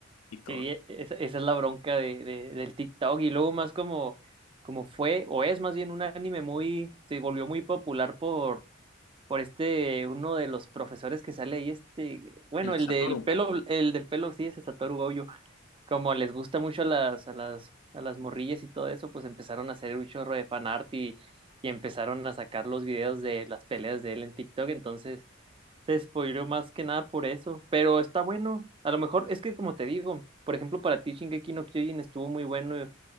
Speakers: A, on the left; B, on the right.
A: y todo.
B: Sí, e- esa, esa es la bronca de, de- del TikTok y luego más como, como fue o es más bien un anime muy, se volvió muy popular por, por este, uno de los profesores que sale ahí, este, bueno,
A: El
B: el
A: Satoru.
B: del pelo, el del pelo, sí, ese Satoru Gojo. como les gusta mucho a las, a las, a las morrillas y todo eso, pues empezaron a hacer un chorro de fanart y, y empezaron a sacar los videos de las peleas de él en TikTok, entonces se spoileó más que nada por eso, pero está bueno, a lo mejor es que como te digo, por ejemplo para ti Shingeki no Kyojin estuvo muy bueno y,